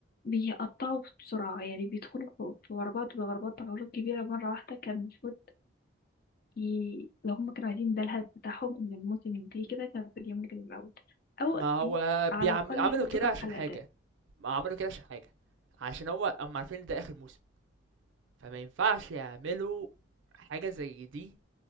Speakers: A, on the left (about 50°); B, on the right (about 70°).
A: بيقطعوا بسرعة يعني بيدخلوا في في غربات وغربات غروب كبيرة مرة واحدة كان المفروض ي... لو هما كانوا عايزين ده الهدف بتاعهم إن الموسم ينتهي كده كان المفروض يعملوا كده من الأول أو
B: ما هو
A: على
B: بيعم...
A: الأقل
B: عملوا
A: يحطوا
B: كده
A: كام
B: عشان
A: حلقة
B: حاجه
A: تاني
B: ما عملوا كده عشان حاجه عشان هو هم عارفين إن ده اخر موسم فما ينفعش يعملوا حاجه زي دي